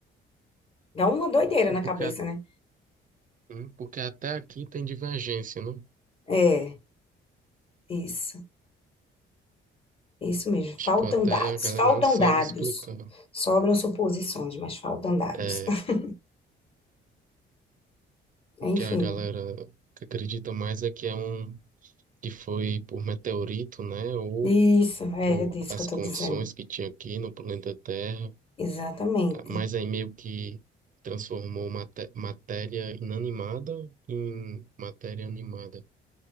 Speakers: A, on the left; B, on the right.
A: Dá uma doideira
B: Sim,
A: na
B: Porque,
A: cabeça,
B: a-
A: né?
B: hum, porque até aqui tem divergência, né?
A: É, isso, isso mesmo.
B: Tipo,
A: Faltam
B: até
A: dados,
B: a galera
A: faltam
B: não sabe
A: dados.
B: explicar.
A: Sobram suposições, mas faltam dados.
B: É,
A: <laughs>
B: o
A: Enfim,
B: que a galera que acredita mais é que é um que foi por meteorito, né? Ou
A: isso, é
B: por
A: disso
B: as
A: que eu estou
B: condições
A: dizendo.
B: que tinha aqui no planeta Terra.
A: Exatamente.
B: mas aí meio que transformou maté- matéria inanimada em matéria animada.